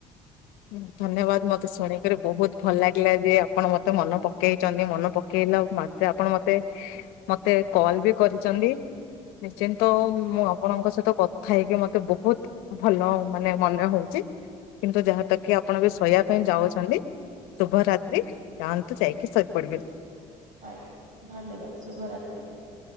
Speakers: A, on the left (about 80°); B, on the right (about 60°).
A: ହଁ ଧନ୍ୟବାଦ ମତେ ଶୁଣିକରି ବହୁତ ଭଲ ଲାଗିଲା ଯେ ଆପଣ ମତେ ମନ ପକେଇଛନ୍ତି ମନେ ପକେଇ ମେ ଆପଣ ମତେ ମତେ କଲ ବି କରିଛନ୍ତି। ନିଶ୍ଚିନ୍ତ ମୁଁ ଆପଣଙ୍କ ସହିତ କଥା ହେଇକି ମତେ ବହୁତ ଭଲ ମାନେ ମନେ ହଉଛି। କିନ୍ତୁ ଯାହା ତ କିି ଆପଣ ଏ ଶୋଇବା ପାଇଁ ଯାଉଛନ୍ତି। ଶୁଭ ରାତ୍ରି ଯାଆନ୍ତୁ ଯାଇକି ଶୋଇପଡିବ।
B: ଆଜ୍ଞା ଧନ୍ୟବାଦ ଶୁଭ ରାାତି।